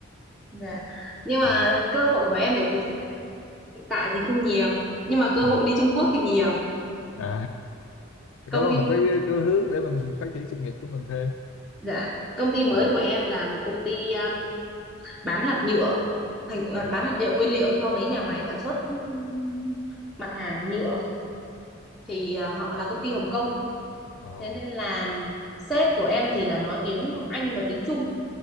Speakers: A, in the centre; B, on the left (about 65°).
A: dạ. Nhưng mà
B: ừ.
A: cơ hội của em để việc đi Canada hiện tại thì không nhiều, nhưng mà cơ
B: Ừ.
A: hội đi Trung Quốc thì nhiều.
B: à
A: Công
B: có là
A: ty
B: một cái cái hướng để mình phát triển sự nghiệp của mình thêm
A: Dạ, công ty mới
B: ừ.
A: của em là một công ty um, bán hạt nhựa, thành à,
B: ờ
A: bán hạt nhựa nguyên liệu cho mấy nhà máy sản xuất um, mặt hàng nhựa thì à, họ là công ty Hồng Kông.
B: ờ
A: Thế nên là sếp của em thì là nói tiếng Anh và tiếng Trung,